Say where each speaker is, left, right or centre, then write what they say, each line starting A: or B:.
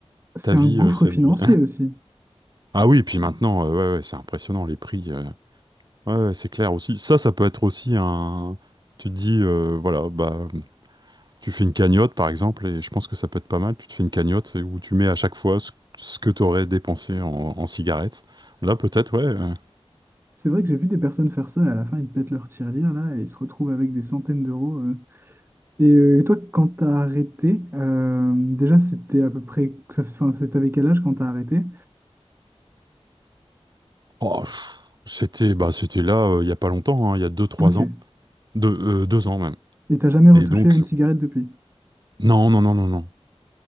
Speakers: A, on the right; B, on the right.
A: c'est
B: Ta vie,
A: un gouffre
B: euh, c'est
A: financier
B: une-
A: aussi.
B: Ah oui, puis maintenant, euh, ouais, ouais, c'est impressionnant les prix. euh. Ouais, ouais, c'est clair aussi. Ça, ça peut être aussi un. Tu te dis, euh, voilà, bah, tu fais une cagnotte par exemple, et je pense que ça peut être pas mal. Tu te fais une cagnotte c'est où tu mets à chaque fois ce, ce que tu aurais dépensé en, en cigarettes.
A: C'est
B: Là, peut-être, ouais. euh.
A: c'est vrai que j'ai vu des personnes faire ça et à la fin, ils pètent leur tirelire là et ils se retrouvent avec des centaines d'euros. euh. Et, euh, toi, quand t'as arrêté, euh, déjà, c'était à peu près, ça, enfin, c'était avec quel âge quand t'as arrêté?
B: Oh, pff, c'était, bah, c'était là euh, il y a pas longtemps, hein, il y a deux trois
A: Ok.
B: ans. Deux, euh, deux ans même.
A: Et t'as jamais retouché
B: Et donc,
A: à une cigarette depuis?
B: non, non, non, non, non.